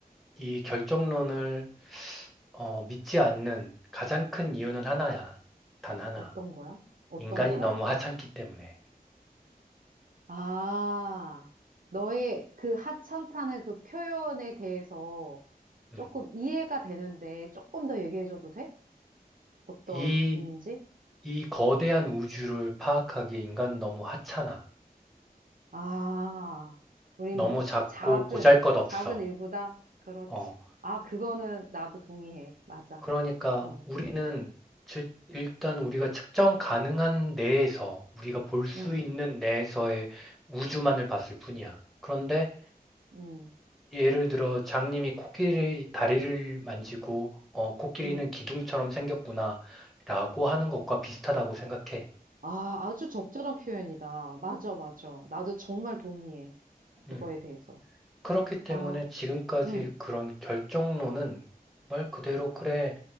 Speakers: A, in the centre; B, on the right.
A: 이 결정론을, 어, 믿지 않는 가장 큰 이유는 하나야. 단 하나.
B: 어떤 거야? 어떤
A: 인간이
B: 거야?
A: 너무 하찮기 때문에.
B: 아, 너의 그 하찮다는 그 표현에 대해서
A: 음,
B: 조금 이해가 되는데 조금 더 얘기해줘도 돼? 어떤
A: 이,
B: 의미인지?
A: 이 거대한 우주를 파악하기에 인간은 너무 하찮아.
B: 아, 우린
A: 너무 작고
B: 작은,
A: 보잘것없어.
B: 작은 일부다? 그렇지.
A: 어,
B: 아, 그거는 나도 동의해. 맞아.
A: 그러니까
B: 어,
A: 우리는 질- 일단 우리가 측정 가능한 내에서 우리가 볼 수
B: 응,
A: 있는 내에서의 우주만을 봤을 뿐이야. 그런데
B: 응,
A: 예를 들어 장님이 코끼리 다리를 만지고 어, 코끼리는
B: 응.
A: 기둥처럼 생겼구나라고 하는 것과 비슷하다고 생각해.
B: 아, 아주 적절한 표현이다. 맞아, 맞아. 나도 정말 동의해.
A: 음.
B: 그거에 대해서.
A: 그렇기 때문에
B: 아,
A: 지금까지
B: 응,
A: 그런 결정론은 말 그대로 그래.